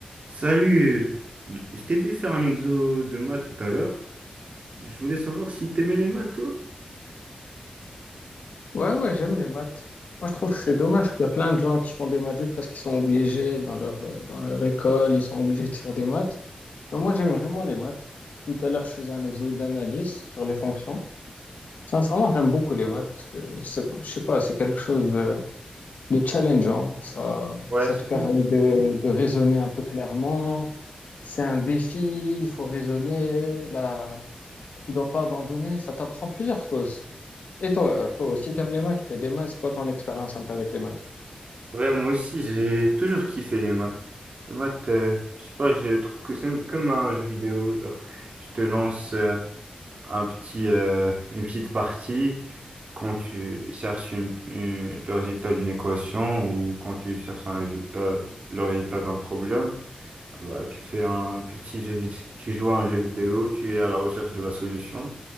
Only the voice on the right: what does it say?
Salut, je t'ai vu faire un exo de maths tout à l'heure. Je voulais savoir si t'aimais les maths, toi?
Ouais,
c'est
cool.
Ouais, moi aussi, j'ai toujours kiffé les maths. Les maths, euh, je sais pas, je trouve que c'est comme un jeu vidéo. Genre, tu te lances euh, un petit, euh, une petite partie quand tu cherches une- une- le résultat d'une équation ou quand tu cherches un résultat, le résultat d'un problème. Bah, tu fais un petit jeu, vid- tu joues à un jeu vidéo, tu es à la recherche de la solution